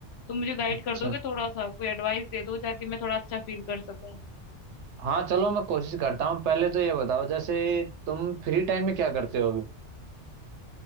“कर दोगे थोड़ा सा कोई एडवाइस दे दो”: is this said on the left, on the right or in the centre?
Left